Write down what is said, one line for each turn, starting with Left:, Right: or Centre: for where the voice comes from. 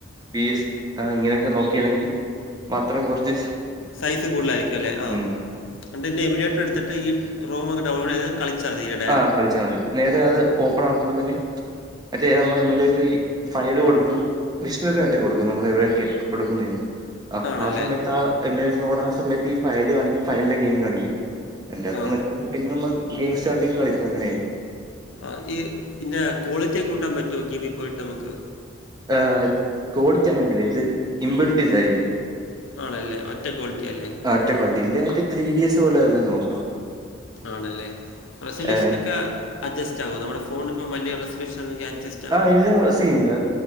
Right: പി എസ് ഇങ്ങനെയൊക്കെ നോക്കുകയാണെങ്കിൽ മാത്രം കുറച്ച്
Left: സൈസ് കൂടുതലായിരിക്കും അല്ലേ ആ
Right: ഉം
Left: എന്നിട്ട് ഇന്ന് എമീഡിയേറ്റ് എടുത്തിട്ട് ഈ റോമ ഡൗൺലോഡ് ചെയ്ത് കളിച്ചാതി കെ
Right: ആ കളിച്ചാൽ മതി. നേരെ അത് ഓപ്പൺ ആക്കുമ്പോ തന്നെ മറ്റേ നമ്മള് ഈ മിലിട്ട്റി ഫയല് കൊട്ക്കും മിശ്രിതായിട്ട് കൊട്ക്കും നമ്മള് എവിടെക്കെ കൊടുക്കുന്നേന്ന് ആഹ്
Left: ആണല്ലേ
Right: ആ സമയത്ത് ആ ഇമേജ് ലോടാവുന്ന സമയത്ത് ഈ ഫയല് കാണിക്കും ഫയലിന്റെ ഗെയിം കാണിക്കും. അയിന്റകത്ത്
Left: ആ
Right: നെക്കും പിന്നെമ്മള് ഗെയിം സ്റ്റാർട്ടെയ്യും കളിക്കും അങ്ങനെയായി
Left: ആഹ് ഈ ഇങ്ങനെ ക്വാളിറ്റിയൊക്കെ കൂട്ടാൻ പറ്റൊ ഗെയ്മി പോയിട്ട് നമക്ക്
Right: ആഹ് ക്വാളിറ്റി അങ്ങനെല്ല ഇത് ഇംബിൾട്ടിയ്തായിരിക്കും
Left: ആണല്ലേ ഒറ്റ ക്വാളിറ്റി അല്ലേ
Right: ആഹ് ഒറ്റ ക്വാള്റ്റി ഇല്ലേ മറ്റേ ത്രീ ഡിയസ് പോലെ വേല്ലോം നോക്കണം
Left: ആണല്ലേ റെസല്യൂഷനോക്കെ
Right: ഏഹ്,
Left: അഡ്ജസ്റ്റാകോ നമ്മടെ ഫോണ്പ്പം വല്യ റെസല്യൂഷന്ണ്ടെങ്കി അഡ്ജസ്
Right: ആഹ് ഇത് സീന്ല്ല